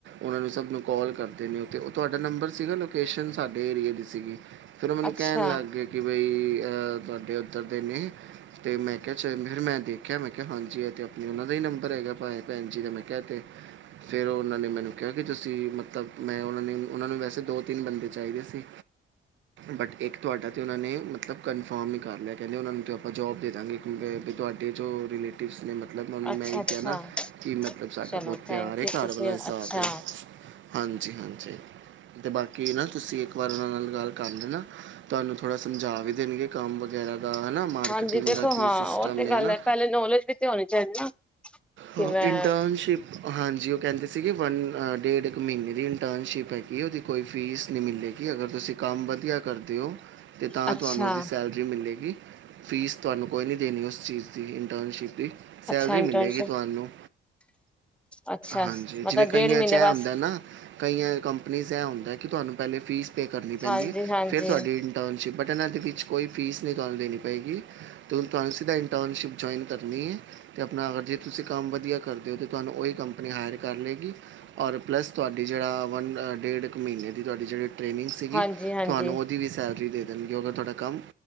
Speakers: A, on the right (about 70°); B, in the centre.
A: ਓਨਾਂ ਨੂੰ ਸਭ ਨੂੰ ਕੋਲ ਕਰਦੇ ਨੇ ਓ ਤੇ ਓ ਤੁਆਡਾ ਨੰਬਰ ਸੀਗਾ ਲੋਕੇਸ਼ਨ ਸਾਡੇ ਏਰੀਏ ਦੀ ਸੀਗੀ। ਫਿਰ ਓ ਮੈਨੂੰ
B: ਅੱਛਾ
A: ਕੈਂਨ ਲੱਗ ਗਏ ਕਿ ਬਈ ਅਹ ਤੁਹਾਡੇ ਉੱਧਰ ਦੇ ਨੇ। ਤੇ ਮੈਂ ਕਿਆ 'ਚ ਮੈਂ ਦੇਖਿਆ ਮੈਂ ਕਿਆ ਹਾਂਜੀ ਤੇ ਆਪਨੀ ਉਨਾਂ ਦਾ ਹੀ ਨੰਬਰ ਹੈਗਾ ਭ ਭੈਣ ਜੀ ਮੈਂ ਕਿਆ ਤੇ ਫਿਰ ਉਨਾਂ ਨੇ ਮੈਨੂੰ ਕਿਆ ਕਿ ਤੁਸੀਂ ਮਤਲਬ ਤਾਂ ਮੈਂ ਉਹਨਾਂ ਨੇ ਉਹਨਾਂ ਨੂੰ ਵੈਸੇ ਦੋ-ਤਿੰਨ ਬੰਦੇ ਚਾਹੀਦੇ ਸੀ। ਬਟ ਇੱਕ ਤੁਹਾਡਾ ਤੇ ਉਹਨਾਂ ਨੇ ਮਤਲਬ ਕੰਨਫੋਮ ਹੀ ਕਰ ਲਿਆ ਕੈਂਦੇ ਉਹਨਾਂ ਨੂੰ ਤਾਂ ਆਪਾਂ ਜੋਬ ਦੇ ਦਾਂਗੇ। ਵੀ ਤੁਹਾਡੇ ਜੋ ਰਿਲੇਟਿਵਸ ਨੇ ਮਤ ਲਬ ਮੈਂ
B: ਅੱਛਾ
A: ਇਹੀ
B: ਅੱਛਾ
A: ਕਿਆ ਨਾ ਕਿ ਮਤਲਬ ਸਾਡਾ
B: ਚਲੋ
A: ਬਹੁਤ
B: ਥੈਂਕ
A: ਪਿਆਰ ਏ
B: ਯੂ
A: ਘਰ
B: ਤੁਸੀਂ
A: ਵਾਲਾ ਹਿਸਾਬ
B: ਅੱਛਾ
A: ਏ। ਹਾਂਜੀ-ਹਾਂਜੀ ਤੇ ਬਾਕੀ ਨਾ ਤੁਸੀਂ ਇੱਕ ਵਾਰ ਉਨਾਂ ਨਾਲ ਗੱਲ ਕਰ ਲੈਨਾ ਤੁਹਾਨੂੰ ਥੋੜਾ ਸਮਝਾ ਵੀ ਦੇਣਗੇ। ਕੰਮ ਵਗੈਰਾ ਦਾ ਹਨਾ ਮਾਰਕੀਟਿੰਗ
B: ਹਾਂਜੀ ਦੇਖੋ
A: ਦਾ ਕੀ
B: ਹਾਂ
A: ਸਿਸਟਮ
B: ਉਹ ਤੇ
A: ਏ
B: ਗੱਲ
A: ਹਨਾ।
B: ਹੈ ਪਹਿਲੇ ਨੌਲੇਜ ਵੀ ਤੇ ਹੋਨੀ ਚਾਹੀਦੀ ਨਾ। ਕਿ
A: ਹ
B: ਮੈਂ
A: ਇੰਟਨਸ਼ਿਪ ਹਾਂਜੀ ਓ ਕੈਂਦੇ ਸੀਗੇ ਵਨ ਅ ਡੇਢ ਕ ਮ੍ਹੀਨੇ ਦੀ ਇੰਟਨਸ਼ਿਪ ਹੈਗੀ ਉਹਦੀ ਕੋਈ ਫੀਸ ਨਈ ਮਿਲੇਗੀ ਅਗਰ ਤੁਸੀਂ ਕੰਮ ਵਧੀਆ ਕਰਦੇ ਹੋ ਤੇ ਤਾਂ
B: ਅੱਛਾ
A: ਤੁਹਾਨੂੰ ਉਦੀ ਸੈਲ ਮਿਲੇਗੀ ਫੀਸ ਤੁਹਾਨੂੰ ਕੋਈ ਨਈ ਦੇਣੀ ਉਸ ਚੀਜ਼ ਦੀ ਇੰਟਰਨਸ਼ਿਪ ਦੀ ਸੈਲਰੀ
B: ਅੱਛਾ ਇੰਟਰਨਸ਼ਿਪ
A: ਮਿਲੇਗੀ। ਹੈਲੋ
B: ਅੱਛਾ
A: ਹਾਂਜੀ
B: ਮਤਲਬ
A: ਜਿਵੇਂ ਕਈਆਂ
B: ਡੇਢ ਮਹੀਨੇ
A: 'ਚ ਹੁੰਦਾ
B: ਬਸ
A: ਦਾ ਨਾ ਕਈ ਐ ਕੰਪਨੀਜ਼ ਇਹ ਹੁੰਦਾ ਕਿ ਤੁਹਾਨੂੰ ਪਹਿਲੇ ਫੀਸ ਪੇ ਕਰਨੀ ਪੈਂਦੀ
B: ਹਾਂਜੀ
A: ਹੈ
B: ਹਾਂਜੀ
A: ਫਿਰ ਤੁਹਾਡੀ ਟਨਸ਼ਿਪ ਬਟ ਇਹਨਾਂ ਦੇ ਵਿੱਚ ਕੋਈ ਫੀਸ ਨਈ ਤੁਹਾਨੂੰ ਦੇਣੀ ਪਏਗੀ। ਤੇ ਹੁਣ ਤੁਹਾਨੂੰ ਸਿੱਧਾ ਇੰਨਸ਼ਿਪ ਜੁਇਨ ਕਰਨੀ ਏ ਤੇ ਆਪਣਾ ਤੁਸੀਂ ਕੰਮ ਵਧੀਆ ਕਰਦੇ ਹੋ ਅਤੇ ਤੁਹਾਨੂੰ ਉਹੀ ਕੰਪਨੀ ਹਾਇਰ ਕਰ ਲਏਗੀ। ਔਰ ਪਲੱਸ ਤੁਹਾਡੀ ਜੇੜਾ ਵੰਨ ਡੇਢ ਕੁ ਮ੍ਹੀਨੇ ਦੀ ਤੁਹਾਡੀ ਜਿਹੜੀ ਟ੍ਰੇਨਿੰਗ ਸੀਗੀ
B: ਹਾਂਜੀ ਹਾਂਜੀ
A: ਤੁਹਾਨੂੰ ਓ ਦੀ ਵੀ ਸੈਲਰੀ ਦੇ ਦੇਣਗੇ ਅਗ ਤੁਹਾਡਾ ਕੰਮ